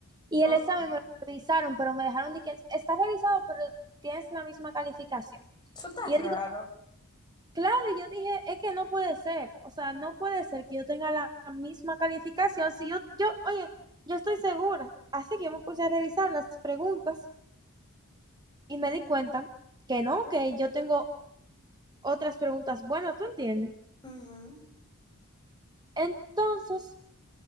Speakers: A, on the right (about 20°); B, on the left (about 20°).
A: y
B: Ok.
A: el examen me lo revisaron, pero me dejaron de que está revisado, pero tienes la misma calificación.
B: Eso está
A: Y
B: raro.
A: yo digo, claro, y yo dije, es que no puede ser, o sea, no puede ser que yo tenga la misma calificación si yo, yo, oye, yo estoy segura. Así que yo me puse a revisar las preguntas y me di cuenta que no, que yo tengo otras preguntas. Bueno, tú entiendes.
B: Ujú.
A: Entonces,